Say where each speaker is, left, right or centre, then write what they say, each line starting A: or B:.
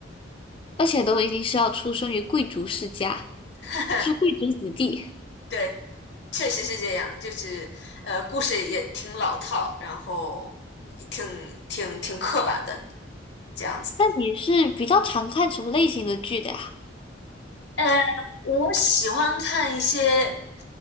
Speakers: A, on the left (about 25°); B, on the left (about 60°).
A: 而且都一定是要出生于贵族世家，
B: <laughs>
A: 是贵族子弟。
B: 对，确实是这样，就是呃，故事也挺老套，然后也挺挺挺刻板的这样子。
A: 那你是比较常看什么类型的剧的呀？
B: 呃，我喜欢看一些，